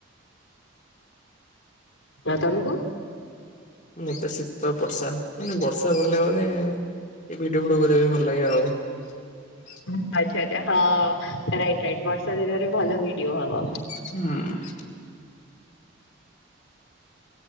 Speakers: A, on the left; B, on the left.
A: ପ ତମକୁ।
B: ମତେ ଶୀତ ବର୍ଷା ମାନେ ବର୍ଷା ଭଲ ମାନେ । ଏ ଭିଡିଓ ଫିଡିଓ କରିବା ପାଇଁ ଭଲ ଲାଗେ ଆଉ ।
A: ଓ ଆଛା ଆଛା ହଁ ରାଇଟ ରାଇଟ୍ ବର୍ଷା ଦିନରେ ଭଲ ଭିଡିଓ ହବ ।
B: ହୁଁ ।